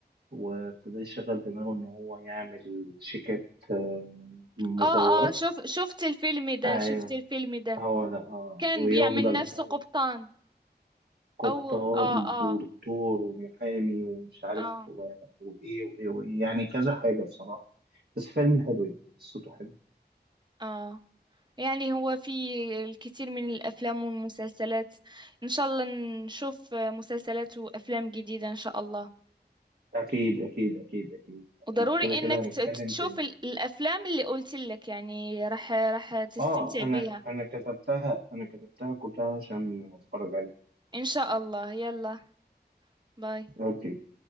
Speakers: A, on the right; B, on the right.
A: وابتدى يشغل دماغه ان هو يعمل شيكات آه، مزورة
B: اه اه شوف شفت الفيلم ده
A: ايوه
B: شفت الفيلم ده
A: هو لا آه،
B: كان
A: ويفضل
B: بيعمل نفسه
A: بقى
B: قبطان
A: قبطان
B: او اه اه
A: ودكتور ومحامي ومش عارف
B: اه
A: و- وإيه وإيه وإيه يعني كذا حاجة بصراحة بس فيلم حلو يعني قصته حلوة
B: اه يعني هو في الكثير من الافلام والمسلسلات ان شاء الله نشوف مسلسلات وافلام جديدة ان شاء الله
A: أكيد أكيد أكيد أكيد أكيد
B: وضروري
A: كده كده
B: انك
A: هنتكلم
B: ت- تشوف
A: تاني
B: ال- الافلام اللي قلت لك يعني راح راح تستمتع
A: آه أنا
B: بيها
A: أنا كتبتها أنا كتبتها كلها عشان أتفرج عليها
B: ان شاء الله يلا باي
A: أوكي